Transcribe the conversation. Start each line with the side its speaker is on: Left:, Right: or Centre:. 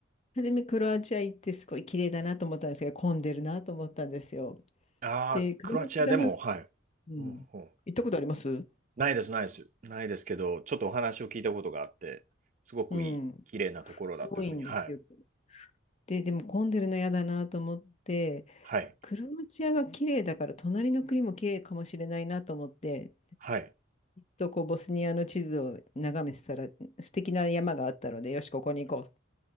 Left: 初めクロアチア行ってすごい綺麗だなと思ったんですけど、混んでるなと思ったんですよ。
Right: ああ、
Left: で、クロアチアがう
Right: クロアチアでも、はい。
Left: ん。
Right: うんうん
Left: 行ったことあります
Right: ないです、ないです。ないですけど、ちょっとお話を聞いたことがあって、すごくいい、
Left: うん。
Right: 綺麗なところだというふうに、
Left: すごいんですよ。
Right: はい、
Left: で、でも混んでるの嫌だなと思って、
Right: はい、
Left: クロアチアが綺麗だから隣の国も綺麗かもしれないなと思って、
Right: はい、
Left: とこうボスニアの地図を眺めてたら素敵な山があったので、よし、ここに行こ